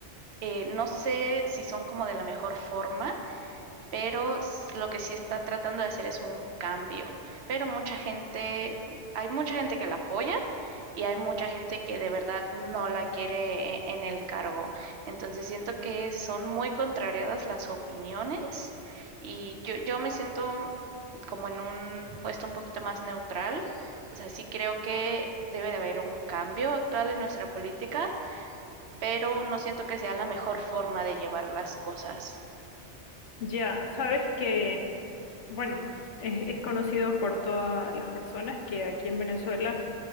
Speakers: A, on the right (about 70°); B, on the left (about 85°).
A: Eh, no sé si son como de la mejor forma, pero s- lo que sí está tratando de hacer es un cambio. Pero mucha gente, hay mucha gente que la apoya y hay mucha gente que de verdad no la quiere e- en el cargo. Entonces siento que son muy contrariadas las opiniones y yo, yo me siento como en un puesto un poquito más neutral. O sea, sí creo que debe de haber un cambio actual en nuestra política, pero no siento que sea la mejor forma de llevar las cosas.
B: Ya, sabes que, mm, bueno, es, es conocido por todas las personas que aquí en Venezuela